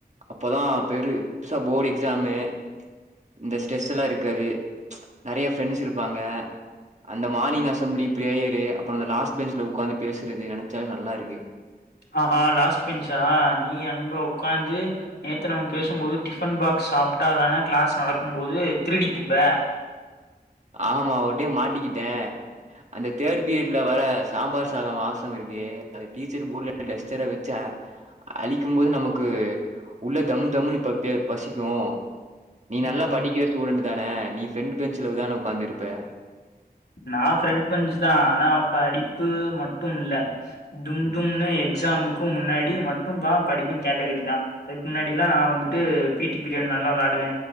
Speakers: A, on the right; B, on the left.
A: அப்பதா பெருசா போர்டு எக்ஸாமு இந்த ஸ்ட்ரெஸ்ல்லா இருக்காது நெறய ஃப்ரெண்ட்ஸ் இருப்பாங்க அந்த மார்னிங் அசம்பிளி பிரேயரு அப்புறம் அந்த லாஸ்ட் பெஞ்ச்ல ஒக்காந்து பேசுறது நெனச்சாலே நல்லாருக்கு
B: அ ஆ லாஸ்ட் பென்ச்சா நீ அங்க உக்காந்து நேத்த நம்ம பேசும்போது டிஃபன் பாக்ஸ் சாப்ட்டா தான கிளாஸ் நடக்கும் போது திருடித் திம்ப
A: ஆமா ஒரு டயம் மாட்டிக்கிட்டே அந்த தேர்ட் பீரியட்ல வர சாம்பார் சாதெ வாசம் இருக்கே அது டீச்சர் போர்ட்ல டஸ்ட்டர வெச்ச ஆழிக்கும் போது நமக்கு உள்ள தம் தம்னு பே பசிக்கூ நீ நல்லா
B: ம்
A: படிக்கிற ஸ்டூடெட் தானே நீ ஃப்ரெண்ட் பெஞ்சல தானே உக்காந்துருப்ப
B: நான் ஃப்ரெண்ட் பெண்சுதா ஆனா படிப்பு மட்டும் இல்ல டும் டும்ன்னு எக்ஸாமுக்கு முன்னாடி மட்டும்தா படிக்கும் கேட்டகிரிதா அதுக்கு முன்னாடில்லா நா வந்துட்டு பீடி பிரியட் நல்லா விளயாடுவே